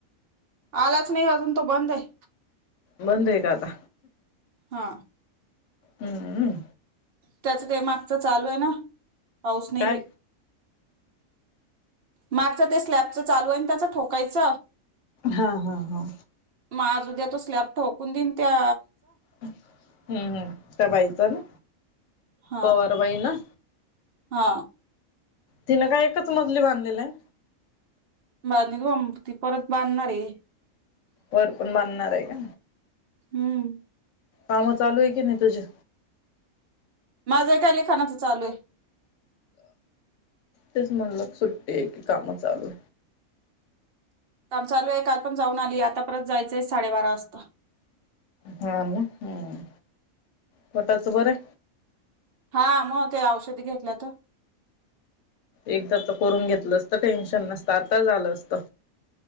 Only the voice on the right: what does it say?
आलाचं नाही अजून तो बंद आहे
हा
त्याच ते मागच चालू आहे ना पाऊस नाही
बाई. मागचं ते स्लॅपच चालू आहे आणि त्याचा ठोक कालच,
म आज उद्या तो स्लॅप ठोकून दिन त्या
हा
हा
ब त परत बांधणार आहे
हम्म
माझं काय लिखाणाच चालू आहे
काम चालू आहे काल पण जाऊन आली आता परत जायचंय साडेबारा वाजता
हा मग ते औषधी घेतल्या तर